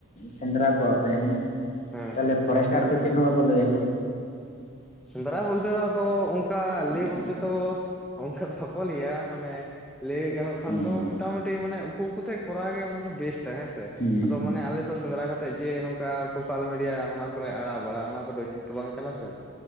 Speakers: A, on the left; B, in the centre.
A: ᱥᱮᱸᱫᱽᱨᱟ ᱠᱚᱣᱟᱯᱮ ᱦᱮᱸ
B: ᱦᱮᱸ
A: ᱛᱟᱞᱮ ᱯᱷᱚᱨᱮᱥᱴ ᱴᱟᱨ ᱠᱚ ᱪᱮᱜ ᱦᱚᱸ ᱵᱟᱠᱚ ᱞᱟᱹᱭ ᱟᱠᱚ?
B: ᱥᱮᱸᱫᱽᱨᱟ ᱵᱚᱞᱛᱮ ᱫᱚ ᱟᱫᱚ ᱩᱝᱠᱟ
A: ᱦᱮᱸ
B: ᱞᱮ
A: ᱦᱮᱸ
B: ᱵᱚᱞᱛᱮ ᱫᱚ ᱚᱝᱠᱟ ᱫᱚ ᱵᱟᱠᱚ ᱞᱮᱭᱟ ᱢᱟᱱᱮ ᱞᱮᱭ ᱜᱟᱱᱚᱜ ᱠᱷᱟᱱ
A: ᱦᱮᱸ ᱦᱮᱸ ᱦᱮᱸ
B: ᱫᱚ
A: ᱦᱮᱸ ᱦᱮᱸ ᱦᱮᱸ ᱦᱮᱸ ᱦᱮᱸ
B: ᱢᱚᱴᱟᱢᱩᱴᱤ ᱢᱟᱱᱮ ᱠᱩᱛᱮ ᱠᱚᱨᱟᱣ ᱜᱮ ᱚᱱᱟ ᱫᱚ ᱵᱮᱥᱴᱟ ᱦᱮᱸᱥᱮ
A: ᱦᱮᱸ
B: ᱟᱫᱚ ᱢᱟᱱᱮ ᱟᱞᱮ ᱛᱚ ᱥᱮᱸᱫᱽᱨᱟ ᱠᱟᱛᱮᱜ ᱡᱮ ᱱᱚᱝᱠᱟ ᱥᱳ ᱛᱟᱞ ᱢᱤᱰᱤᱭᱟ ᱚᱱᱟ ᱠᱚᱨᱮ ᱟᱲᱟᱜ ᱵᱟᱲᱟ ᱚᱱᱟ ᱠᱚᱫᱚ ᱩᱪᱤᱛ ᱫᱚ ᱵᱟᱝ ᱠᱟᱱᱟ ᱥᱮ